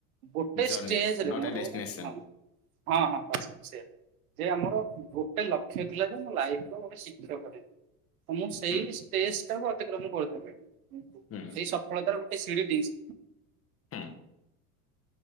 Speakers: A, on the right (about 65°); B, on the left (about 30°).
A: ଗୋଟେ
B: ଜର୍ଣ୍ଣି
A: ଷ୍ଟେଜରେ
B: ନଟ୍
A: ମୋର
B: ଏ ଡେଷ୍ଟିନେସନ
A: ଗୋଟେ ହଁ ହଁ ବାସ ବାସ୍ ସେୟ ଯେ ଆମର ଗୋଟେ ଲକ୍ଷ୍ୟ ଥିଲା ଯେ ମୋ ଲାଇଫ ର ଗୋଟେ ଶିକ୍ଷକ ହେବି, ତ ମୁଁ ସେଇ
B: ହୁଁ
A: ଷ୍ଟେଜ ଟାକୁ ଅତିକ୍ରମ କରିଦେଲିନି
B: ହୁଁ
A: ସେଇ ସଫଳତାର ଗୋଟେ ସ ଦିଜ
B: ହଁ।